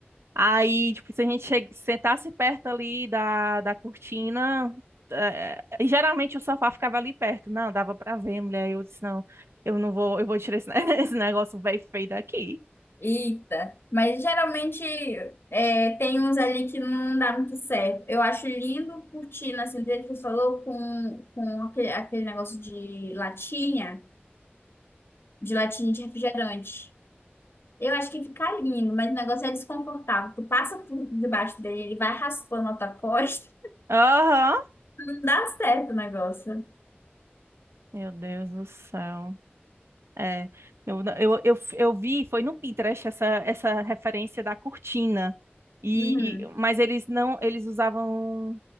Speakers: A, on the right; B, on the left.
A: Aí, tipo, se a gente che- sentasse perto ali da, da cortina, eh, e geralmente o sofá ficava ali perto. Não, dava pra ver, mulher. Eu disse, não, eu não vou, eu vou tirar esse, ne- <laughs> esse negócio velho feio daqui.
B: Eita. Mas geralmente é, tem uns ali que não dá muito certo. Eu acho lindo curtindo, assim, do jeito que tu falou, com, com aquele, aquele negócio de latinha, de latinha de refrigerante. Eu acho que fica lindo, mas o negócio é desconfortável. Tu passa por debaixo dele, ele vai raspando a tua <laughs> costa.
A: Aham.
B: Não dá certo o negócio.
A: Meu Deus do céu. É, eu, não- eu, eu, eu vi, foi no Pinterest essa, essa referência da cortina. E,
B: Uhum.
A: mas eles não, eles usavam